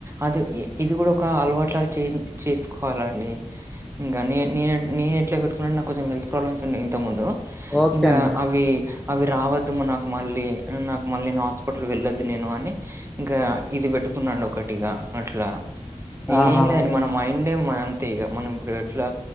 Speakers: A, on the right; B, in the centre.
A: అది ఇది కూడా ఒక అలవాట్లలాగా చేస్ చేసుకోవాలండి ఇంకా నే నేను నేను ఎట్లా పెట్టుకుంటే నాకు కొంచెం హెల్త్ ప్రాబ్లమ్స్ ఉండే ఇంతకుముందు
B: ఓకే
A: ఇగా
B: అండి
A: అవి అవి రావద్దమ్ నాకు మళ్ళీ నాకు మళ్ళీ నేను హాస్పిటల్ వెళ్ళొద్దు నేను అని ఇంకా ఇది పెట్టుకున్ననండి ఒకటిగా అట్లా ఏం
B: ఆహా
A: లేదండి
B: ఓకే
A: మన మైండే మంతె మనం ఇప్పు ఎట్లా